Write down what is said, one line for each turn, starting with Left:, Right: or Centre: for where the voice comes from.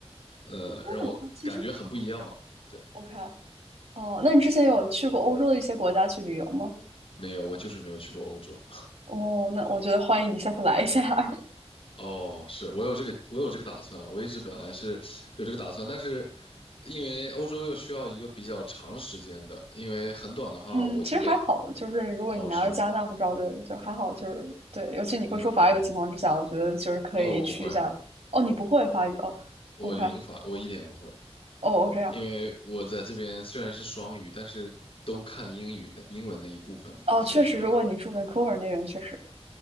Left: 呃让我感觉很不一样嘛。
Right: 因为我其实很
Left: 对，
Right: OK，哦，那你之前有去过欧洲的一些国家去旅游吗？
Left: 没有，我就是没有去过欧洲。
Right: 哦，那我觉得欢迎你下次来一下。<laughs>
Left: 哦，是我有这个，我有这个打算。我一直本来是有这个打算，但是因为欧洲又需要一个比较长时间的，因为很短的话，
Right: 嗯，
Left: 我觉得，
Right: 其实还好，就是如果你拿着加拿大护照的，
Left: 哦，是吗？
Right: 就还好，就是对，尤其你会说法语的情况之下，
Left: 嗯，
Right: 我觉得就是可以去一下。
Left: 哦，我不会，
Right: 哦，你不会法语哦，OK，
Left: 我零法，
Right: 哦
Left: 我一点也不会，
Right: 哦这样，
Left: 因为我在这边虽然是双语，但是都看英语的英文那一部分嘛，
Right: 哦确实，
Left: 所以说，
Right: 如果你住 Vancouver 那边确实，